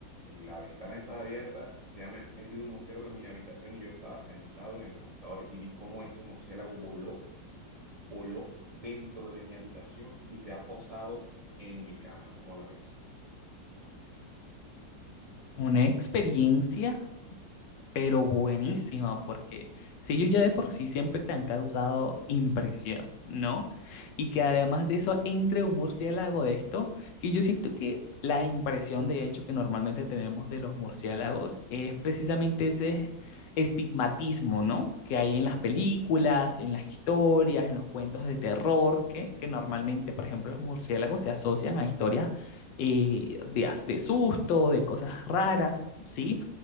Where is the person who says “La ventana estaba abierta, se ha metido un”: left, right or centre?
Right